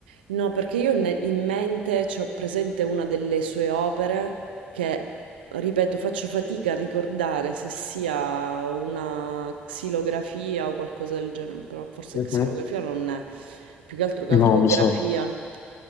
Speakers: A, on the right (about 80°); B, on the left (about 60°).
A: No, perché io ne- in mente c'ho presente una delle sue opere che, ripeto, faccio fatica a ricordare se sia una xilografia o qualcosa del genere, però forse
B: Mhm.
A: xilografia non è, più che altro calcografia.
B: No, mi sa.